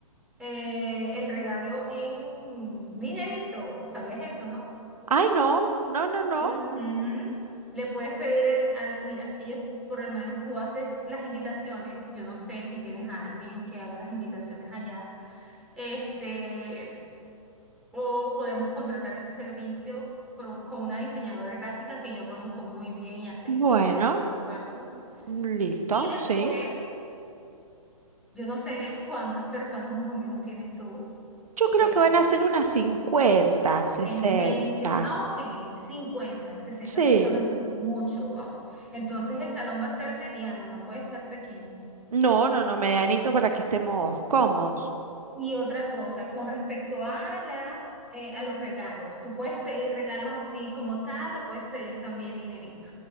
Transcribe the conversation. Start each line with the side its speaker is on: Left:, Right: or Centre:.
Centre: eh, el regalo en dinerito. ¿Sabías eso, no?
Right: Ay, no, no, no, no.
Centre: Ujú. Le puedes pedir el, al, mira, ellos, por lo menos tú haces las invitaciones, yo no sé si tienes a alguien que haga las invitaciones allá, este, o podemos contratar ese servicio por con una diseñadora gráfica que yo conozco muy bien y hace
Right: Bueno,
Centre: excelentes trabajos.
Right: listo,
Centre: Y después,
Right: sí.
Centre: yo no sé <laughs> cuántas personas más o menos tienes tú
Right: Yo creo
Centre: eh,
Right: que van a ser unas cincuenta sesenta
Centre: En mente, ah, ok, cincuenta sesenta
Right: Sí.
Centre: personas, mucho, ¿va? Entonces el salón va a ser mediano, no puede ser pequeño.
Right: No, no, no, medianito para que estemos cómodos.
Centre: Y otra cosa, con respecto a las, eh, a los regalos, tú puedes pedir regalos así como tal o puedes pedir también dinerito,